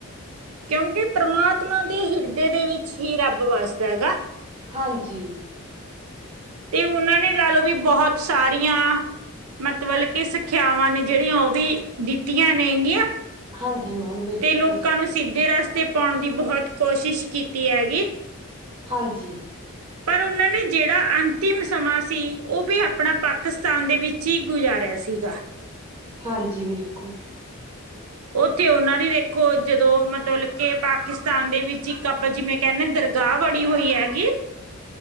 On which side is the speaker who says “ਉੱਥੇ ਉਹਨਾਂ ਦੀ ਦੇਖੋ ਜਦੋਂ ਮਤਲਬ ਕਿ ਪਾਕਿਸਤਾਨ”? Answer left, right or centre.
Right